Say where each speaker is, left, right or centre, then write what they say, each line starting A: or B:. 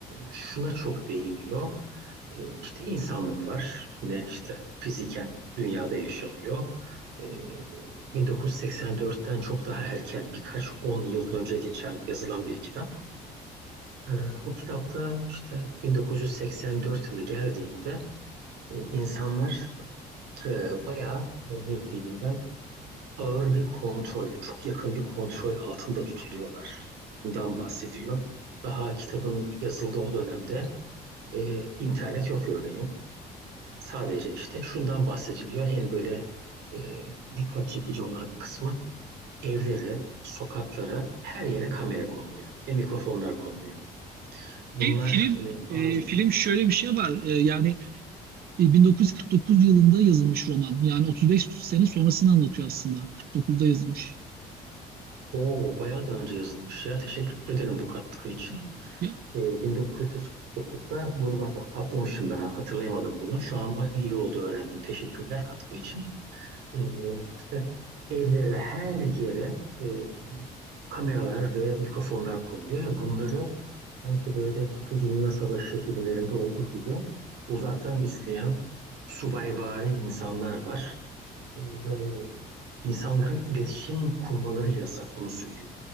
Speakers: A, on the right; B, on the right.
A: şuna çok değiniyor. E, işte insanlık var. Yine işte fiziken dünyada yaşanıyor. E, 1984'ten çok daha erken birkaç on yıl önce geçen yazılan bir kitap. E, o kitapta işte 1984 yılı geldiğinde e, insanlar e, bayağı e, ne diyeyim ben ağır bir kontrol, çok yakın bir kontrol altında tutuluyorlar. Bundan bahsediyor. Daha kitabın yazıldığı o dönemde e, internet yok örneğin. Sadece işte şundan bahsediliyor. En böyle e, dikkat çekici olan kısmı evlere, sokaklara, her yere kamera konuluyor ve mikrofonlar konuluyor. Bunlar
B: Ki Film,
A: e, bazı...
B: e, film şöyle bir şey var. E, yani E, 1949 yılında yazılmış roman. Yani 35 sene sonrasını anlatıyor aslında. 49'da yazılmış.
A: Oo, bayağı da önce yazılmış ya. Teşekkür ederim bu katkı için.
B: Ya,
A: E, 1949'da bunu bak atlamışım ben hatırlayamadım bunu. Şu an iyi oldu öğrendim. Teşekkürler katkı için. E, işte evlere her yere e, kameralar ve mikrofonlar konuluyor ve bunları sanki böyle İkinci Dünya Savaşı filmlerinde olduğu gibi uzaktan izleyen subayvari insanlar var. E, ve insanların iletişim kurmaları yasak onu söyleyeyim.